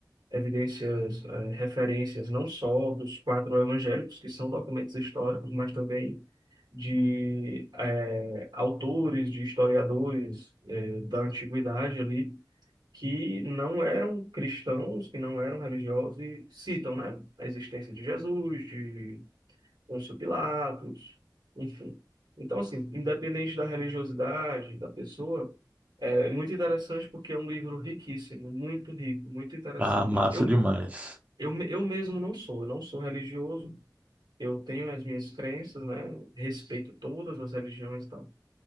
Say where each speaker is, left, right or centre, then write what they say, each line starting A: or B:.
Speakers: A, on the right (about 75°); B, on the right (about 20°).
A: evidências, eh, referências não só dos quatro evangélicos, que são documentos históricos, mas também de eh, autores, de historiadores eh, da antiguidade ali, que não eram cristãos, que não eram religiosos e citam, né, a existência de Jesus, de Pôncio Pilatos, enfim. Então, assim, independente da religiosidade da pessoa, é muito interessante porque é um livro riquíssimo, muito rico, muito interessante.
B: Ah, massa
A: Eu,
B: demais.
A: eu, me- eu mesmo não sou, eu não sou religioso, eu tenho as minhas crenças, né? Respeito todas as religiões e tal.